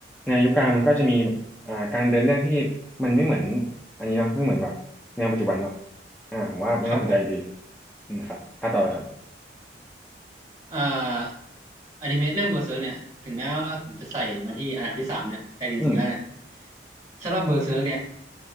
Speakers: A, in the centre; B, on the right.
A: แนวยุคกลางมันก็จะมีแบบอ่าการเดินเรื่องที่มันไม่เหมือนอันนี้เนาะไม่เหมือนแบบแนวปัจจุบันเนาะอ่าผมว่ามันน่าสนใจอยู่ดี
B: ครับผม
A: อืมครับถ้าต่อเลยครับ
B: เอ่ออนิเมะเรื่องเบอร์เซอร์เนี่ยถึงแม้ว่าผมจะใส่มาที่อันดับที่สามเนี่ยแต่จริงๆแล้วเนี่ย
A: อืม
B: สำหรับเบอร์เซอร์เนี่ย